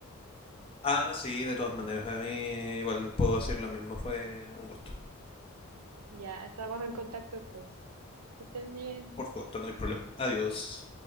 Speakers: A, on the left (about 25°); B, on the right (about 85°).
A: Ah, sí, de todas maneras, a mí igual puedo decir lo mismo, fue un gusto.
B: Ya, estamos en contacto entonces. Que estés bien.
A: Por supuesto, no hay problema. Adiós.